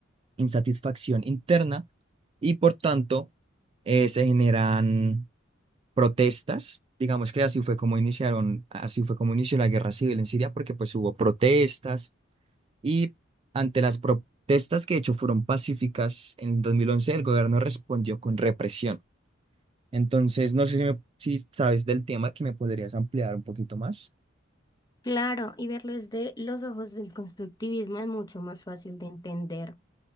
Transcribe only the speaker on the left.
Claro, y verlo desde los ojos del constructivismo es mucho más fácil de entender.